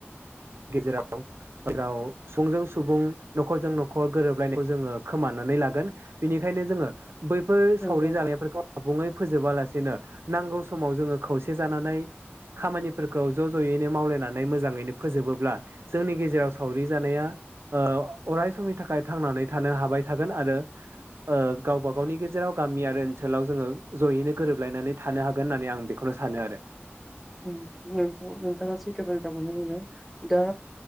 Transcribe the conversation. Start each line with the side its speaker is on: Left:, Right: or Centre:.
Right: गेजेराव जेराव सुबुंजों सुबुं न'खरजों न'खर गोरोबलायनायखौ जोङो खोमानानै लागोन बेनिखायनो जोङो बैफोर
Centre: नंगौ
Right: सावरि जानायफोरखौ आबुङै फोजोबालासेनो नांगौ समाव जोङो खौसे जानानै खामानिफोरखौ ज' ज'यैनो मावलायनानै मोजाङैनो फोजोबोब्ला जोंनि गेजेराव सावरि जानाया ओ अराय समनि थाखाय थांनानै थानो हाबाय थागोन आरो ओ गावब गावनि गेजेराव गामि आरो ओनसोलाव जोङो जयैनो गोरोबलायनानै थानो हागोन होननानै आं बेखौनो सानो आरो
Centre: नोंथाङा सैथो बाथ्र्राखौनो बुंदों दा